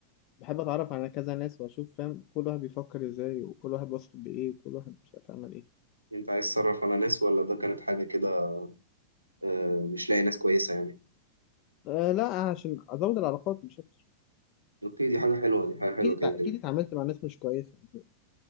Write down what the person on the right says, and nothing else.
انت عايز تصرف على ناس ولا ده كانت حاجة كده آه، مش لاقي ناس كويسة يعني
اوكي دي حاجة حلوة دي حاجة حلوة
كده
كده